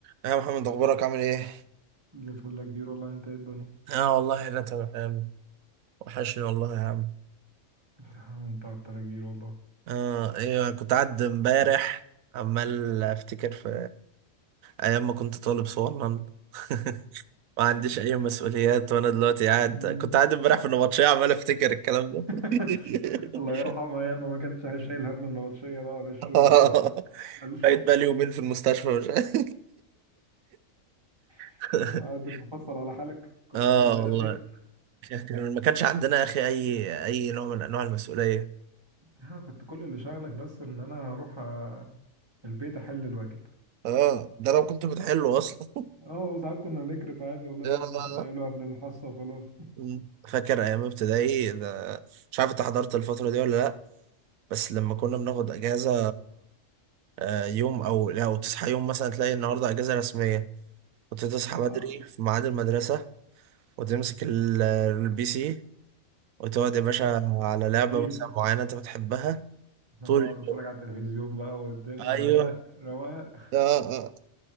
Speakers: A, on the right; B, on the right.
A: يا محمد اخبارك عامل ايه
B: زي الفل يا كبير والله انت ايه الدنيا
A: اه والله انا تمام يا عم. وحشني والله يا عم
B: <laughs> انت اكتر يا كبير والله
A: اه ايوه كنت قاعد امبارح عمال افتكر في ايام ما كنت طالب صغنن <laughs> ما عنديش اي مسؤوليات وانا دلوقتي قاعد
B: مم.
A: كنت قاعد امبارح في النبطشيه عمال افتكر الكلام ده
B: <laughs>
A: <laughs>
B: الله يرحمها ياما ما كانتش شايل هم النبطشية بقى ولا الشغل
A: آه،
B: ولا ال... بل...
A: بقيت بقالي يومين في المستشفى مش عارف.
B: <laughs>
A: <laughs>
B: قاعد بتتحسر على حالك كنا
A: اه
B: فين وبقينا
A: والله
B: فين
A: كان- ما كانش عندنا يا اخي اي اي نوع من انواع المسؤوليه
B: اه كنت كل اللي شغلك بس ان انا اروح آه، البيت احل الواجب
A: اه ده لو كنت حلو اصلا
B: اه وساعات كنا نكرف عادي والله
A: <laughs>
B: نروح ننقله
A: يا
B: قبل الحصة وخلاص
A: مم. فاكر ايام ابتدائي ده- مش عارف انت حضرت الفتره دي ولا لا بس لما كنا بناخد اجازه آه، يوم او لا وتصحى يوم مثلا تلاقي النهارده اجازه رسميه كنت تصحى
B: <laughs> اه
A: بدري في ميعاد المدرسه وتمسك ال- البي سي وتقعد يا باشا
B: يعني
A: على لعبه
B: ايه
A: مثلا معينه انت بتحبها
B: اه
A: طول
B: اقعد اتفرج
A: اليوم
B: على التلفزيون بقى والدنيا
A: ايوه
B: رواق رواق
A: اه اه